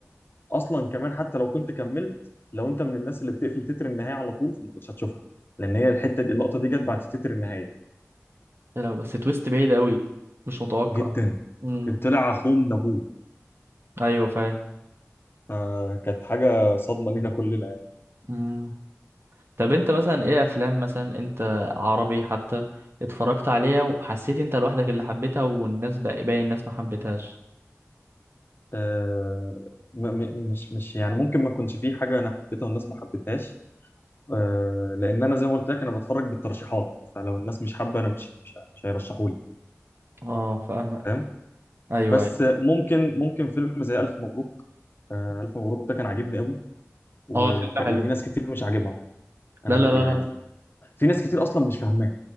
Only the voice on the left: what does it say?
أصلا كمان حتى لو كنت كملت لو أنت من الناس اللي بتقفل تتر النهاية على طول ما كنتش هتشوفها لأن هي الحتة دي اللقطة دي جت بعد تتر النهاية
جدا
طلع أخوه من أبوه
فكانت حاجة صدمة لينا كلنا يعني
آه، م- م- مش مش يعني ممكن ما يكونش فيه حاجة أنا حبيتها والناس ما حبيتهاش آه، لأن أنا زي ما قلت لك أنا بتفرج بالترشيحات فلو الناس مش حابة أنا مش مش مش هيرشحوا لي
فاهم
بس
ممكن ممكن فيلم زي ألف مبروك آه، ألف مبروك ده كان عاجبني قوي و-
ومك-
وفي ناس كتير مش عاجبها انا
يعني
في ناس كتير اصلا مش فاهماه